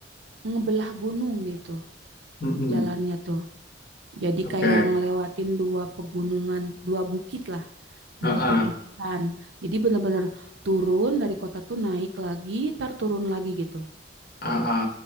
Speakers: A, on the right (about 75°); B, on the left (about 55°).
A: ngebelah gunung gitu
B: Mm-mm.
A: jalannya tuh. Jadi
B: Oke.
A: kayak ngelewatin dua pegunungan, dua bukit lah,
B: Ah,
A: dua perbukitan.
B: ah,
A: Jadi benar-benar turun dari kota tuh naik lagi, tar turun lagi gitu.
B: ah. ah.